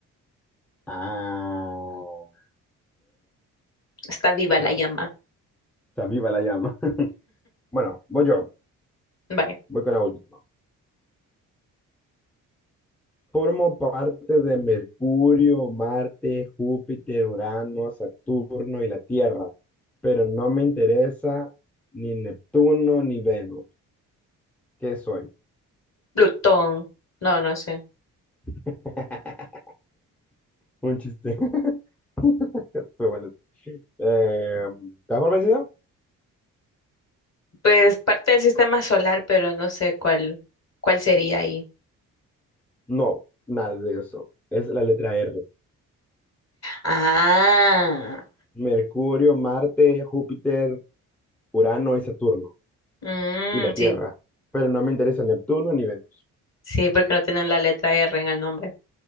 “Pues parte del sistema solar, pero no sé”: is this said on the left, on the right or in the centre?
Left